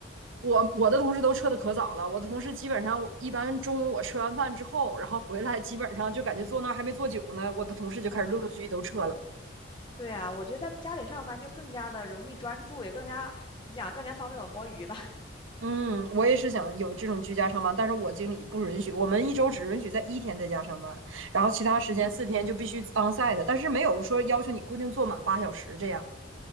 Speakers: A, on the right; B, on the left.
A: 我我的同事都撤的可早了，我的同事基本上一般中午我吃完饭之后，然后回来基本上就感觉坐那儿还没坐久呢，我的同事就开始陆陆续续都撤了。
B: <laughs> 嗯。对啊，我觉得在家里上班就更加的容易专注，也更加怎么讲，更加方便我摸鱼吧。
A: 嗯，我也是想有这种居家上班，但是我经理不允许，我们一周只允许在一天在家上班，然后其他时间四天就必须
B: 哦，
A: onsite，但是没有说要求你固定坐满八小时这样。